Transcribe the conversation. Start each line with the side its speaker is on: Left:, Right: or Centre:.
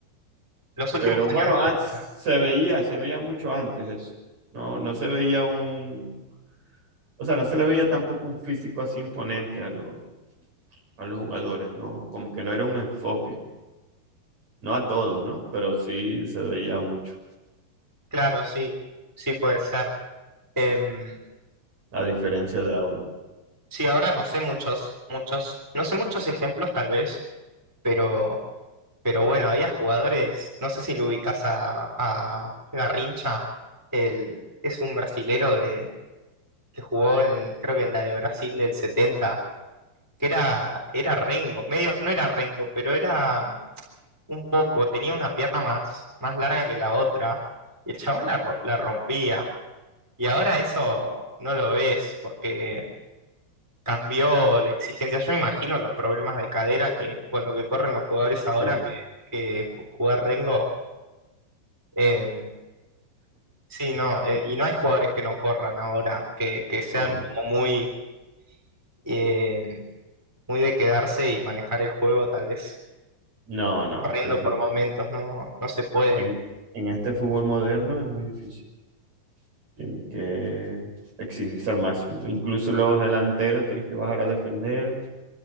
Centre: los últimos
Right: Pero
Centre: años
Right: bueno,
Centre: de
Right: ah, se
Centre: carrera.
Right: veía, se veía mucho antes eso. No, no se veía un, o sea, no se le veía tampoco un físico así imponente a los, a los jugadores, ¿no? Como que no era un enfoque, no a todos, ¿no? Pero sí se veía mucho,
Centre: Claro, sí, sí puede ser. Em,
Right: a diferencia de ahora.
Centre: Sí, ahora no sé muchos, muchos, no sé muchos ejemplos tal vez, pero, pero bueno, había jugadores, no sé si lo ubicás a, a Garrincha, el, es un brasilero de, que jugó en, creo que en la de Brasil del 70 que era, era Rengo, medio, no era Rengo, pero era un poco, tenía una pierna más, más larga que la otra, y el chabón la, ro- la rompía, y ahora eso no lo ves, porque cambió la exigencia. Yo me imagino los problemas de cadera que con lo que corren los jugadores ahora
Right: Sí,
Centre: que, que ju- jugar Rengo. eh, sí, no, eh, y no hay jugadores que no corran ahora, que, que sean
Right: no,
Centre: como muy, eh, muy de quedarse y manejar el juego, tal vez
Right: no, no,
Centre: corriendo
Right: eso es difícil.
Centre: por momentos, no, no se puede.
Right: En, en este fútbol moderno es muy difícil. Tienen que exigirse al máximo. Incluso los delanteros tienen que bajar a defender